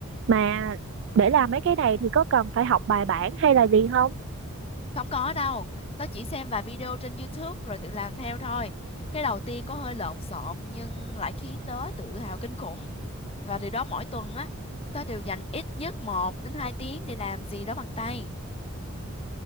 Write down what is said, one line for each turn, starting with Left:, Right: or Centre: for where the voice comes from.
Right: mà để làm mấy cái này thì có cần phải học bài bản hay là gì không
Left: không có đâu tớ chỉ xem vài video trên YouTube rồi tự làm theo thôi cái đầu tiên có hơi lộn xộn nhưng lại khiến tớ tự hào kinh khủng và từ đó mỗi tuần á tớ đều dành ít nhất một đến hai tiếng để làm gì đó bằng tay